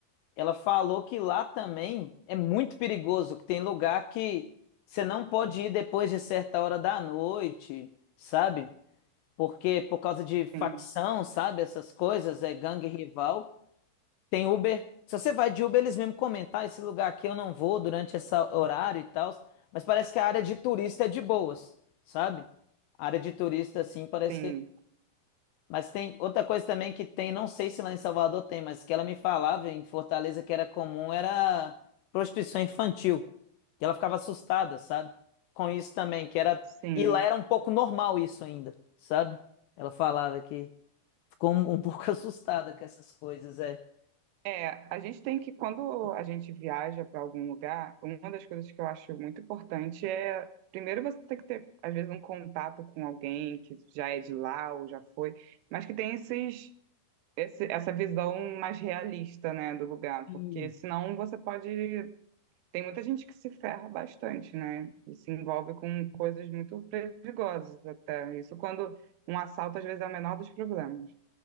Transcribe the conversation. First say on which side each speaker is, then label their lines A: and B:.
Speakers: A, on the left (about 85°); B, on the right (about 85°).
A: Ela falou que lá também é muito perigoso, que tem lugar que você não pode ir depois de certa hora da noite, sabe? Porque por causa de
B: né?
A: facção,
B: Sim,
A: sabe? Essas coisas, é gangue rival. Tem Uber. Se você vai de Uber, eles mesmo comentam, "Ah, esse lugar aqui eu não vou durante esse horário e tal. Mas parece que a área de turista é de boas, sabe? A área de turista, assim, parece
B: sim,
A: que é mas tem outra coisa também que tem, não sei se lá em Salvador tem, mas que ela me falava em Fortaleza que era comum era prostituição infantil. Que ela ficava assustada, sabe? Com isso também, que era.
B: sim.
A: E lá era um pouco normal isso ainda, sabe? Ela falava que ficou um, um pouco <laughs> assustada com essas coisas, é.
B: É, a gente tem que, quando a gente viaja para algum lugar, uma das coisas que eu acho muito importante é, primeiro você tem que ter, às vezes, um contato com alguém que já é de lá ou já foi, mas que tem esses, esse- essa visão mais realista, né, do lugar,
A: Sim.
B: porque senão você pode. Tem muita gente que se ferra bastante, né, e se envolve com coisas muito perigosas até. Isso quando um assalto, às vezes, é o menor dos problemas.